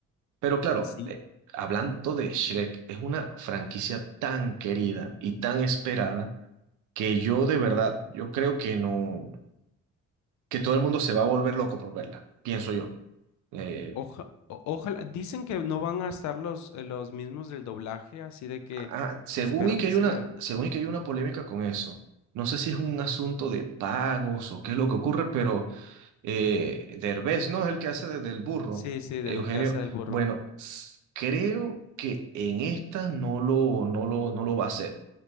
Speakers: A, on the right; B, on the left.
A: Pero claro,
B: Sí,
A: eh, hablando de Shrek, es una franquicia tan querida y tan esperada que yo de verdad, yo creo que no, que todo el mundo se va a volver loco por verla, pienso yo. Eh,
B: Oja- o- ojalá, dicen que no van a estar los, eh, los mismos del doblaje, así de que
A: ah, según
B: espero
A: y que
B: que
A: hay
B: siga.
A: una, según y que hay una polémica con eso. No sé si es un asunto de pagos o qué es lo que ocurre, pero eh, Derbez, ¿no? Es el que hace de- del burro,
B: Sí, sí, del
A: Eugenio.
B: que hace del burro.
A: Bueno, s- creo que en esta no lo, no lo, no lo va a hacer.